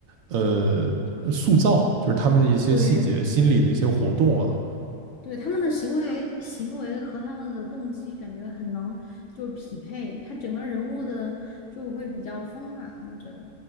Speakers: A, on the right; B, on the left.
A: 呃塑造，就是他们的一些细节、
B: 对，
A: 心理的一些活动啊，
B: 对，他们的行为行为和他们的动机感觉很能就是匹配，他整个人物的就会比较丰满，我觉得。